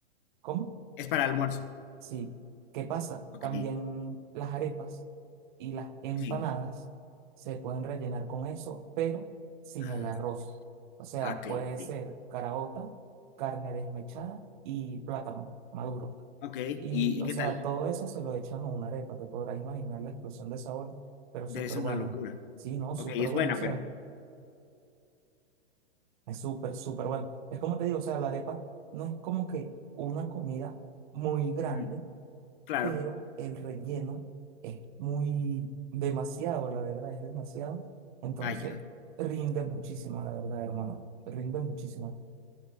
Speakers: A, on the right; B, on the left.
A: ¿Cómo?
B: Es para almuerzo.
A: Sí, ¿qué pasa?
B: Ok,
A: También las arepas y las empanadas
B: sí.
A: se pueden rellenar con eso, pero sin
B: Ah,
A: el arroz. O sea,
B: ok,
A: puede
B: sí.
A: ser caraota, carne desmechada y plátano maduro.
B: Ok, ¿y,
A: Y,
B: y
A: o
B: qué
A: sea,
B: tal?
A: todo eso se lo echan a una arepa, te podrás imaginar la explosión de sabor, pero súper
B: Debe ser
A: buena.
B: una locura.
A: Sí, no,
B: Ok,
A: súper
B: es
A: bueno,
B: buena,
A: o sea,
B: pero...
A: es súper, súper bueno. Es como te digo, o sea, la arepa no es como que una comida muy grande
B: ujú, Claro.
A: pero el relleno es muy demasiado, la verdad, es demasiado. Entonces,
B: Ah, ya.
A: rinde muchísimo, la verdad, hermano, rinde muchísimo.